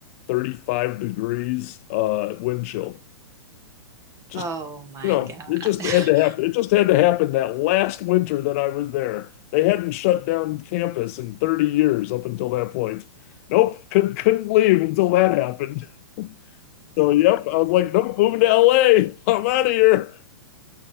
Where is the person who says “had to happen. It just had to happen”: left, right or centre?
Left